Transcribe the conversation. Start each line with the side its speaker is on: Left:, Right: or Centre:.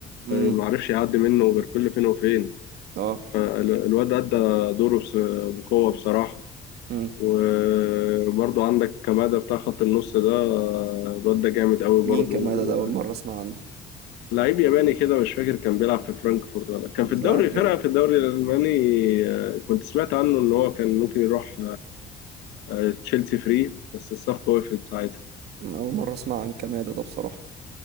Right: امم
Left: ما عرفش يعدي منه غير كل فين وفين
Right: اه
Left: آه، ال- الواد أدى دوره بس- بقوة بصراحة
Right: امم
Left: وبرضو عندك كمادة بتاع خط النص ده آه، الواد ده جامد قوي
Right: مين
Left: برضو
Right: كمادة ده اول
Left: آه،
Right: مره اسمع عنه
Left: لعيب ياباني كده مش فاكر كان بيلعب في فرانكفورت ولا كان في
Right: لا
Left: الدوري
Right: بجد
Left: فرقة في الدوري الألماني آه، كنت سمعت عنه إن هو كان ممكن يروح آه، تشيلسي فري بس الصفقة وقفت ساعتها
Right: أنا اول مره اسمع عن كمادة ده بصراحه